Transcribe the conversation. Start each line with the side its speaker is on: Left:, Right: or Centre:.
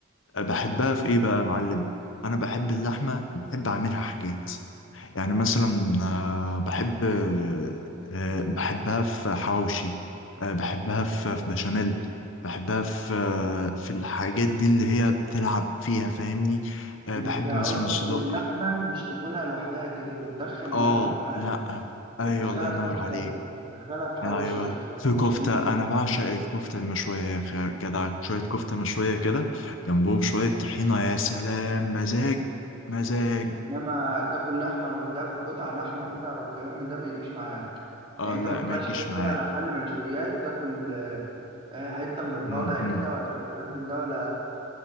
Left: بحبها في ايه بقى يا معلم انا بحب اللحمه بحب اعملها حاجات يعني مثلا آه، بحب آه، بحبها في حواوشي آه، بحبها في في بشاميل بحبها في آه، في الحاجات دي اللي هي بتلعب فيها فاهمني آه،
Right: انت
Left: بحب
Right: قصدك
Left: مثلا صدق
Right: ان اللحمه مش تاكلها لوحدها كده انت تدخل اللحمه
Left: اه
Right: في حاجه
Left: لا ايوه
Right: تدخلها
Left: الله ينور
Right: في كفته
Left: عليك
Right: تدخلها في حواوشي
Left: ايوه
Right: تدخلها
Left: في
Right: في
Left: كفته
Right: بشاميل
Left: انا بعشق الكفته المشويه يا اخي جدع شويه كفته مشويه كده جنبهم شويه طحينه يا سلام مزاج مزاج
Right: انما تاكل لحمه لوحدها كقطع لحمه كده او الكلام من ده ما يجيش معاك
Left: اه
Right: يعني انت
Left: لا
Right: ما تطلعش
Left: ما يجيش
Right: تروح
Left: معايا
Right: كده على محل مشويات تاكل آه، آه، حته من الضلع
Left: م-
Right: كده
Left: م.
Right: ولا الكلام من ده ولا